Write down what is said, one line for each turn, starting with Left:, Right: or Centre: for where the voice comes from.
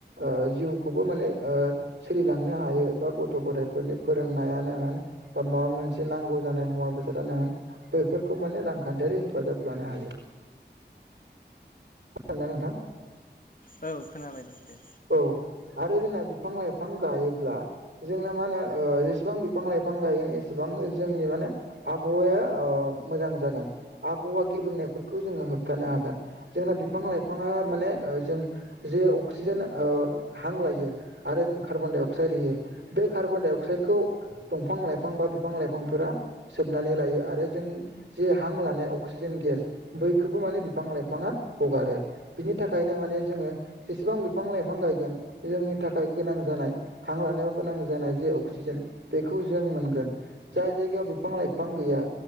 Right: ओ जिउखौबो माने ओ। सोलिलांनो हायो बा गथ' गथायाइफोरनि फोरोंनायानो होन। बा माबा मोनसे नांगौ जानाय मुवा बेसादानो होन। बेफोरखौ माने रांखान्थियारि हेफाजाब लानो हायो। नोंथां।
Left: औ खोनाबाय दं दे।
Right: औ आरो जोंना बिफां लाइफां गायोब्ला। जोंना मा होनो ओ जेसेबां बिफां लाइफां गायगोन एसेबांनो जोंनि माने। आबहावाया ओ मोजां जागोन आबहावा गेबेंनायफोरखौ जोङो होबथानो हागोन। जोंना बिफां लाइफाङा माने ओ जों जे अक्सिजेन ओ हां लायो आरो जों कार्बन डाइ अक्साइद होयो। बे कार्बन-डाइ-अक्साइडखौ दंफां लाइफां बा बिफां लाइफांफोरा सोबनानै लायो आरो जोंनि जे हां लानाय अक्सिजेन गेस बैखौबो माने बिफां लाइफाङा हगारो। बिनि थाखायनो माने जोङो जेसेबां बिफां लाइफां गायगोन जोंनि थाखाय गोनां जानाय। हां लानायाव गोनां जानाय जे अक्सिजेन बेखौ जों मोनगोन। जाय जायगायाव बिफां लाइफां गैया